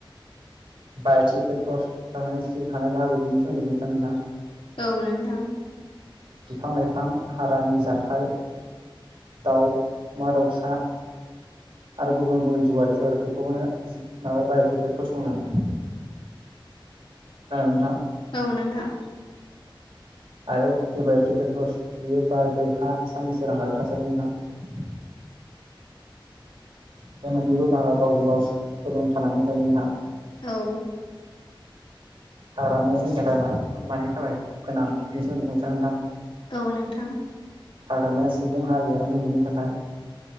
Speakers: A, on the right; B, on the left.
A: बायटि फेक्टरस थारमाने सिंआव थानायनि बाहागो बिनि सोमोन्दै बुंनो सानो नोंथां
B: औ नोंथां
A: बिफां-लाइफां हारानि जाथाय दाउमा-दाउसा आरो गुबुन-गुबुन जिउआारिफोर बेखौनो जि माबा बायटि फेक्टरस होनो ओं नोंथां
B: औ नोंथां
A: आरो ए बायटि फेक्टरस बेयो बार, दै, हा, साननि सोरां आरो थासारि नोंथां बे मोननैबो बाहागोआव जों गाव सोलोंथानानै थायो नोंथां
B: औ
A: हाग्रामाया जोंनि थाखाय मा मानि थाखाय गोनां बेनि सोमोन्दै बुंनो सानो नोंथां
B: औ नोंथां
A: हाग्रामाया सुबुं हारि आरो मुलुगनि थाखाय